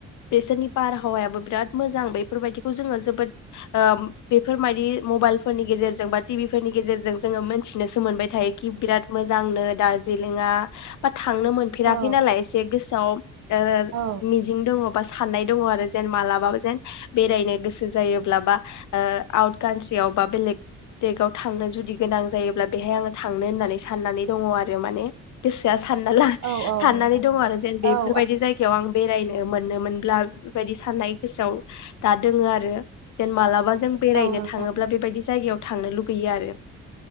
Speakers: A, on the left; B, on the right.
A: बेसोरनि बारहावायाबो बिराद मोजां बेफोरबायदिखौ जोङो जोबोद। ओ बेफोरबायदि मबाइलफोरनि गेजेरजों बा टिभि फोरनि गेजेरजों जोङो मोनथि। नोसो मोनबाय थायोखि बिराद मोजांनो दार्जिलिंआ। थांनो मोनफेराखै
B: औ
A: नालाय एसे गोसोआव। ओ‌
B: औ
A: मिजिं दङबा। <unintelligible> दङ आरो जेन मालाबा जेन बेरायनो गोसो जायोब्ला बा ओ आवत कानट्रियाव बा बेलेक देकआव थांनो जुदि गोनां जायोब्ला बेहाय आङो थांनो होननानै साननानै दङ आरो माने गोसोआ। सानना ला
B: औ औ
A: साननानै
B: नोंथां
A: दङ आरो जेन बेफोरबायदि
B: औ
A: जायगायाव आं बेरायनो। मोनोमोनब्ला बेबायदि साननाय गोसोआव दा दोङो आरो जेन मालाबा जों बेरायनो
B: औ नोंथां
A: थाङोब्ला बेबायदि जायगायाव थांनो लुब गैयो आरो।